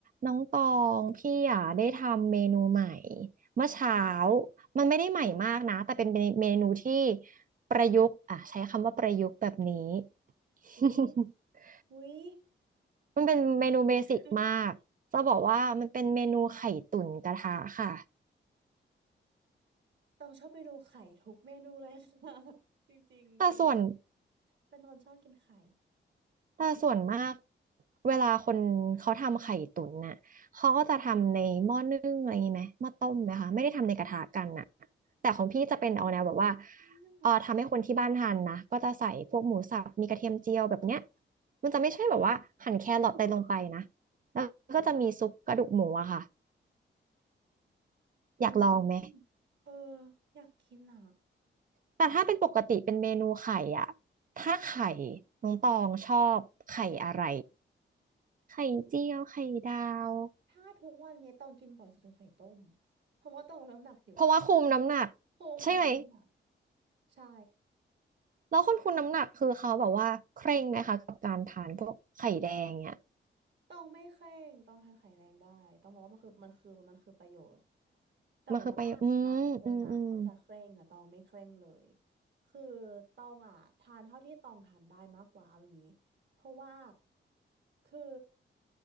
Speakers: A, on the right; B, on the right.
A: น้องตองพี่อ่ะได้ทำเมนูใหม่เมื่อเช้า
B: อะไรอ่ะ
A: มันไม่ได้ใหม่มากนะแต่เป็นเมนูที่ประยุกต์อ่ะใช้คำว่าประยุกต์แบบนี้ <laughs>
B: อุ๊ยอุ๊ย
A: มันเป็นเมนูเบสิกมากจะบอกว่ามันเป็นเมนูไข่ตุ๋นกระทะค่ะ
B: <laughs> ต้องชอบเมนูไข่ทุกเมนูเลยค่ะ <laughs> จริงๆเป็น
A: แต่ส่วน
B: เป็นคนชอบกินไข่
A: แต่ส่วนมากเวลาคนเขาทำไข่ตุ๋นน่ะ เขาก็จะทำในหม้อนึ่งอะไรอย่างนี้ไหมหม้อต้มนะคะไม่ได้ทำในกระทะกันน่ะแต่ของพี่จะเป็นเอาแนวแบบว่า
B: อืมอืม
A: เออทำให้คนที่บ้านทานนะก็จะใส่พวกหมูสับมีกระเทียมเจียวแบบเนี้ยมันจะไม่ใช่แบบว่าหั่นแครอทอะไรลงไปนะแล้วก็จะมีซุปกระดูกหมูอะค่ะ
B: อ่ะอืมเออ
A: อยากลองไหม
B: อยากกินอ่ะ
A: แต่ถ้าเป็นปกติเป็นเมนูไข่อะถ้าไข่น้องตองชอบไข่อะไร ไข่เจียว ไข่ดาว
B: ถ้าทุกวันนี้ต้องกินบ่อยสุดคือไข่ต้มเพราะว่าต้องลดน้ำหนักอยู่
A: เพราะว่าคุมน้ำหนัก
B: คุมน้ำหนัก
A: ใช่ไหม
B: ใช่
A: แล้วคนคุมน้ำหนักคือเขาแบบว่าเคร่งไหมคะกับการทานพวกไข่แดงเนี่ย
B: ต้องไม่เคร่งต้องทานไข่แรงได้ต้องบอกว่ามันคือมันคือมันคือประโยชน์แต่ว่าหลายคนอ่ะเขาจะเคร่งอ่ะตองไม่เคร่งเลย
A: มันคือไปอืมอืมอืม
B: คือตองอ่ะทานเท่าที่ตองทานได้มากกว่าเอาอย่างนี้เพราะว่าคือ